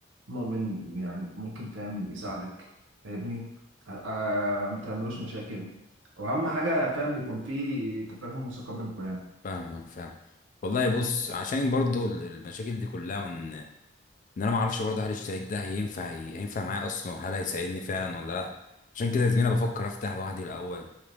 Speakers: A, on the right; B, on the left.
A: مؤمن يعني ممكن فاهم يساعدك فاهمني آه آه، ما تعملوش مشاكل واهم حاجه فاهم بيكون في تفاهم وثقه بينكم يعني
B: فاهمك فاهم والله بص عشان برضو ال- المشاكل دي كلها وان ان انا ما اعرفش برضو هل الشريك ده هينفع هينفع معايا اصلا وهل هيساعدني فعلا ولا لا عشان كده يا زميلي انا بفكر افتح لوحدي الاول